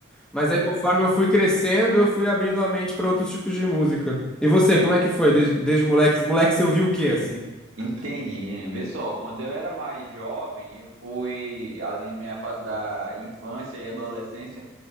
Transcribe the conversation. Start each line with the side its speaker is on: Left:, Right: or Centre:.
Centre: Mas aí conforme eu fui crescendo, eu fui abrindo a mente pra outros tipos de música. E você, como é que foi desde, desde moleque? Moleque, você ouviu o quê assim?
Right: Entendi. Vê só, quando eu era mais jovem, eu fui ali minha fase da infância e adolescência,